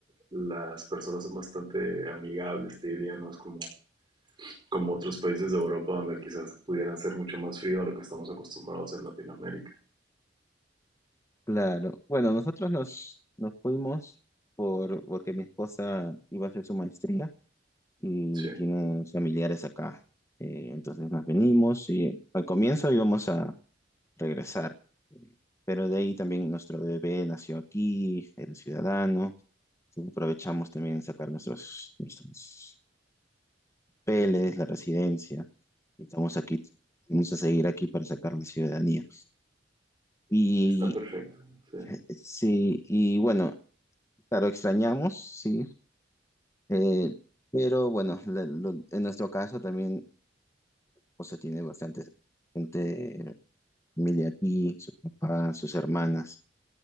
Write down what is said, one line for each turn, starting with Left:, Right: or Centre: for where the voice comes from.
Right: las personas son bastante amigables, te diría, no es como, como otros países de Europa donde quizás pudieran ser mucho más frío a lo que estamos acostumbrados en Latinoamérica.
Left: claro. Bueno, nosotros nos, nos fuimos por, porque mi esposa iba a hacer su maestría y
Right: Sí,
Left: tiene familiares acá. Eh, entonces nos venimos y al comienzo íbamos a regresar, eh, pero de ahí también nuestro bebé nació aquí, el ciudadano. Entonces aprovechamos también sacar nuestros, nuestros papeles, la residencia. Estamos aquí, vamos a seguir aquí para sacar la ciudadanía. Y
Right: está perfecto. Sí.
Left: eh, sí, y bueno, claro, extrañamos, sí, eh, pero bueno, la- lo- en nuestro caso también, o sea, tiene bastante gente, familia aquí, su papá, sus hermanas,